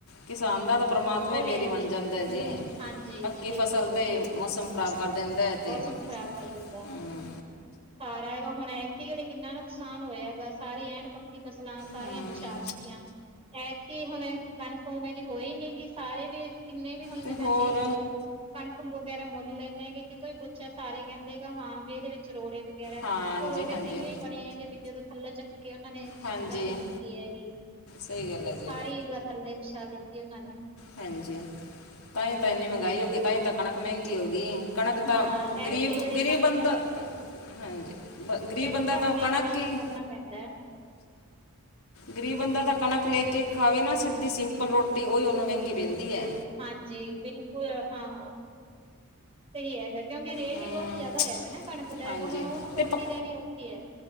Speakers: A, on the left; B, on the right.
A: ਕਿਸਾਨ ਦਾ-ਦਾ ਪਰਮਾਤਮਾ
B: ਉਹ
A: ਹੀ
B: ਵੀ
A: ਵੈਰੀ
B: ਹੈ
A: ਬਣ ਜਾਂਦਾ ਐ ਜੀ
B: ਹਮ ਹਾਂਜੀ
A: ਪੱਕੀ
B: ਬਿਲਕੁਲ
A: ਫਸਲ 'ਤੇ ਈ ਮੌਸਮ ਖ਼ਰਾਬ ਕਰ ਦਿੰਦਾ ਤੇ
B: ਮੌਸਮ ਖ਼ਰਾਬ ਕਰ ਦਿੰਦਾ
A: ਹੂੰ
B: ਸਾਰਾ ਹੈਗਾ ਹੁਣ ਐਕਤੀ ਘੜੇ ਕਿੰਨਾ ਨੁਕਸਾਨ ਹੋਇਆ ਹੈਗਾ ਸਾਰੀ ਐਨ ਪੱਕੀ ੀ ਫਸਲਾਂ ਸਾਰੀਆਂ
A: ਹੂੰ
B: ਬਛਾ ਦਿੱਤੀਆਂ ਐਤਕੀ ਹੁਣ ਕਣਕ ਉਵੇਂ ਦੀ ਹੋਈ ਨਹੀਂ ਹੈਗੀ ਸਾਰੇ ਵੀ ਕਿੰਨੇ ਵੀ ਹੁਣ
A: ਤੇ
B: ਜਿਵੇਂ
A: ਹੋਰ
B: ਅਸੀਂ ਮੁੱਲ ਕਣਕ ਵਗੈਰਾ ਮੁੱਲ ਲੈਂਦੇ ਆ ਕਿਤੋਂ ਹੀ ਪੁੱਛਿਆ ਸਾਰੇ ਕਹਿੰਦੇ ਹਾਂ ਦੇ ਵਿੱਚ ਰੋੜੇ ਵਗੈਰਾ
A: ਹਾਂਜੀ
B: ਉਹ ਰੋੜੇ
A: ਹਾਂਜੀ
B: ਤਾਂ ਇਏ ਹੀ ਬਣੇ ਹੈਗੇ ਵੀ ਜਦੋਂ ਥੱਲੋਂ ਚੱਕ ਕੇ ਉਹਨਾਂ ਨੇ ਕਣਕ
A: ਹਾਂਜੀ
B: ਚੱਕੀ ਹੈਗੀ।
A: ਸਹੀ ਗੱਲ ਏ ਜੀ।
B: <unintelligible> ਥੱਲੇ ਵਿਛਾ ਦਿੱਤੀ ਉਹਨਾਂ ਨੇ।
A: ਹਾਂਜੀ ਤਾਂ ਹੀ
B: ਹਮ
A: ਤਾਂ ਇੰਨੀ ਮਹਿੰਗਾਈ ਹੋ ਗਈ ਤਾਂ ਹੀ ਤਾਂ ਕਣਕ ਮਹਿੰਗੀ ਹੋ ਗਈ ਕਣਕ ਤਾਂ
B: ਹਾਂ ਐਤਕੀ
A: ਗਰੀਬ
B: ਜਿਹੜੇ
A: ਗਰੀਬ
B: ਕਣਕ
A: ਬੰਦਾ
B: ਦਾ ਰੇਟ ਵੀ
A: ਹਾਂਜੀ ਬ ਗ਼ਰੀਬ
B: ਢਿੱਡ
A: ਬੰਦਾ
B: ਭਰਨ
A: ਤਾਂ ਉਹ
B: ਲਈ
A: ਕਣਕ
B: ਕੁਛ
A: ਹੀ
B: ਤਾਂ ਕਰਨਾ ਪੈਂਦਾ ਹੈ।
A: ਗਰੀਬ ਬੰਦਾ ਦਾ ਕਣਕ ਲੈ ਕੇ ਖਾਵੇ ਨਾ ਸਿੱਧੀ ਸਿੰਪਲ ਰੋਟੀ ਉਹੀ ਉਹਨੂੰ, ਮਹਿੰਗੀ ਪੈਂਦੀ ਐ।
B: ਹਾਂਜੀ। ਬਿਲਕੁਲ ਹਾਂ ਸਹੀ ਹੈਗਾ। ਕਿਉਂਕਿ ਰੇਟ
A: ਹਮ,
B: ਹੀ ਬਹੁਤ ਜ਼ਿਆਦਾ ਹੋਇਆ ਪਯਾਂ ਨਾ ਕਣਕ ਦਾ
A: ਹਾਂਜੀ
B: ਹੁਣ ਉਹਨੂੰ
A: ਤੇ
B: ਉਨੀ
A: ਪਕ
B: ਲੈਣੀ ਔਖੀ ਹੈ।